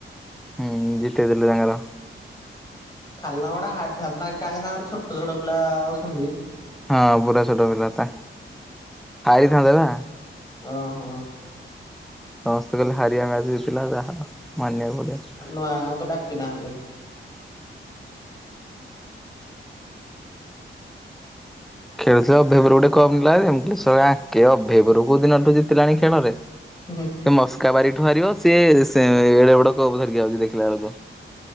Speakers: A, in the centre; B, on the left.
A: ହୁଁ ଜିତେଇଦଲେ ତାଙ୍କର।
B: ଖାଲମଡା ହାରିଥାନ୍ତା କାଇଁ ନା ଛୋଟ ଛୋଟ ପିଲା ଅଛନ୍ତି।
A: ହଁ ପୁରା ଛୋଟ ପିଲା ତା ଯାଇଥାନ୍ତେ ନା।
B: ଓହୋ।
A: ସମସ୍ତେ କହିଲେ ହାରିିବା ମ୍ୟାଚ ଜିତିଥଲା ଯାହା ମାନିବାକୁ ପଡିବ।
B: ନୂଆ ଆଉ ତ ଡାକି ନାହାନ୍ତି।
A: ଖେଳୁଥିଲା ଅଭୟପୁରୁ ଗୋଟେ କପ ନେଲାଜେ ସାଲା ଆଙ୍କେ ଅଭୟପୁରୁ କୋଉ ଦିନଠୁ ଜିତିଲାଣି ଖେଳରେ।
B: ହୁଁ।
A: ସେ ମସ୍କା ବାରିଠୁ ହାରିବ ସିଏ ଏଡ ବଡ କପ ଧରିକି ଆଉଛି ଦେଖିଲା ବେଳକୁ।